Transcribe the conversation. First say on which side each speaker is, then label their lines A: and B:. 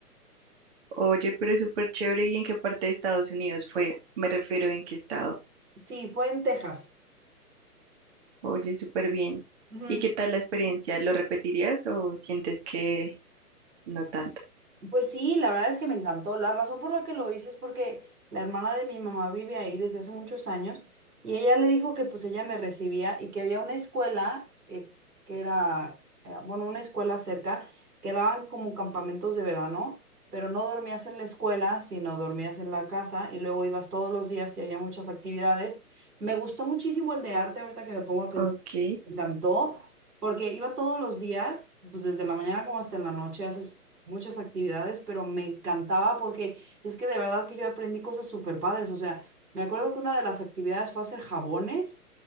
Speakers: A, on the right; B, on the right.
A: Oye, pero súper chévere. ¿Y en qué parte de Estados Unidos fue? Me refiero en qué estado.
B: Sí, fue en Texas.
A: Oye, súper bien.
B: Ujú.
A: ¿Y qué tal la experiencia? ¿Lo repetirías o sientes que no tanto?
B: Pues sí, la verdad es que me encantó. La razón por la que lo hice es porque la hermana de mi mamá vive ahí desde hace muchos años y ella le dijo que pues ella me recibía y que había una escuela eh, que era, eh, bueno, una escuela cerca que daban como campamentos de verano, pero no dormías en la escuela, sino dormías en la casa y luego ibas todos los días y había muchas actividades. Me gustó muchísimo el de arte, ahorita que me pongo a pensar,
A: Ok.
B: me encantó porque iba todos los días, pues desde la mañana como hasta la noche, haces muchas actividades, pero me encantaba porque es que de verdad que yo aprendí cosas súper padres. O sea, me acuerdo que una de las actividades fue hacer jabones.